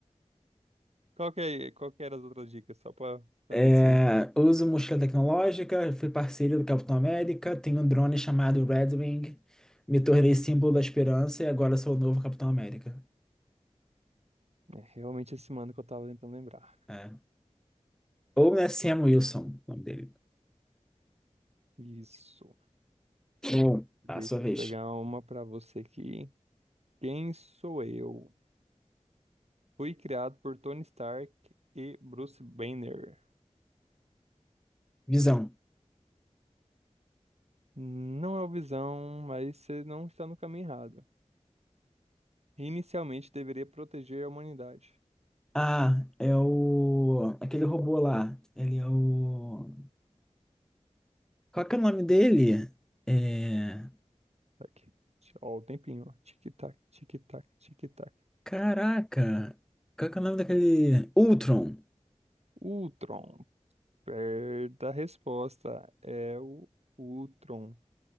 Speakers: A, on the right; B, in the centre.
A: Qual que é, qual que era as outras dicas? Só pra, pra
B: É,
A: ver se
B: uso mochila tecnológica, fui parceiro do Capitão América, tenho um drone chamado Red Wing, me tornei símbolo da esperança e agora sou o novo Capitão América.
A: é realmente esse mano que eu tava tentando lembrar.
B: É. Ou né, Sam Wilson, o nome dele.
A: Isso.
B: Ou,
A: Deixa
B: tá, sua vez.
A: eu pegar uma pra você aqui. Quem sou eu? Fui criado por Tony Stark e Bruce Banner.
B: Visão.
A: Não é o Visão, mas você não está no caminho errado. Inicialmente deveria proteger a humanidade.
B: Ah, é o... Aquele robô lá. Ele é o... Qual que é o nome dele? É...
A: Aqui. Ó, o tempinho, ó. Tic-tac, tic-tac, tic-tac.
B: Caraca. Qual que é o nome daquele... Ultron.
A: Ultron. Perda a resposta. É o Ultron.